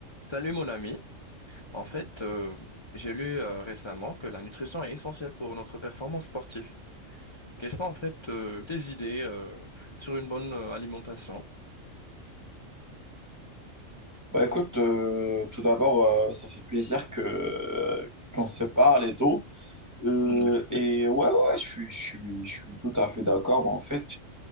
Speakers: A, on the left; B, on the right.
A: Salut mon ami. En fait, euh, j'ai lu euh, récemment que la nutrition est essentielle pour notre performance sportive. Quelles sont en fait euh, tes idées euh, sur une bonne euh, alimentation?
B: Bah écoute, euh, tout d'abord, euh, ça fait plaisir que euh, qu'on se parle et tout. Euh,
A: Merci.
B: et ouais, ouais, je suis, je suis, je suis tout à fait d'accord. Bah, en fait,